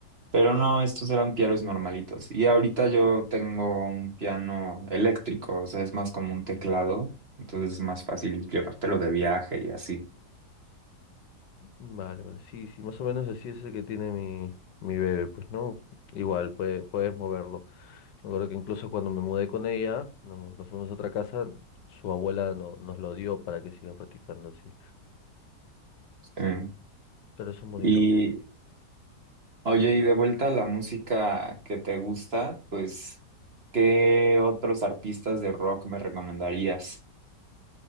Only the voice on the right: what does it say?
Pero no, estos eran pianos normalitos. Y ahorita yo tengo un piano eléctrico, o sea, es más como un teclado, entonces es más fácil llevártelo de viaje y así.
Eh,
Y
oye, y de vuelta a la música que te gusta, pues, ¿qué otros artistas de rock me recomendarías?